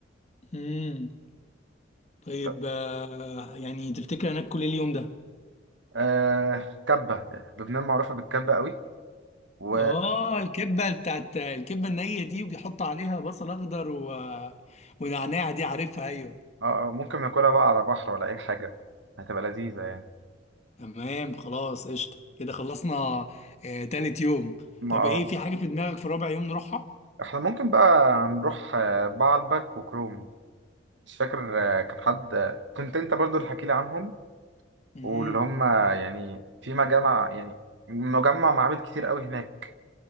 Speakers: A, on the left; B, on the right.
A: امم طيب
B: ط-
A: آه، يعني تفتكر انا اكل ايه اليوم ده
B: آه كبة لبنان معروفة بالكبة قوي و
A: اه
B: آه
A: الكبه بتاعت الكبه النيه دي وبيحط عليها بصل اخضر و... ونعناع دي عارفها ايوه
B: آه، ممكن ناكلها بقى على بحر ولا أي حاجة هتبقى لذيذة يعني
A: تمام خلاص قشطه كده خلصنا آه، تالت يوم
B: ما
A: طب
B: اه
A: ايه في حاجه في دماغك في رابع يوم نروحها
B: احنا ممكن بقى نروح آه، بعلبك وكروم مش فاكر آه، كان حد آه، كنت انت برضو اللي حكي لي عنهم
A: امم
B: واللي هم يعني في مجامع يعني مجمع معابد كتير قوي هناك